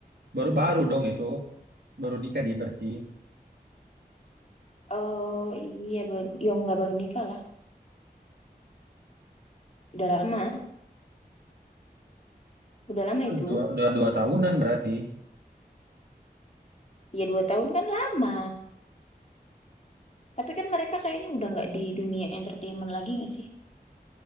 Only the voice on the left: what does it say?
Oh iya baru, ya nggak baru nikah lah. Udah lama, udah lama itu.
Ya dua tahun kan lama. Tapi kan mereka kayaknya udah nggak di dunia entertainment lagi nggak sih?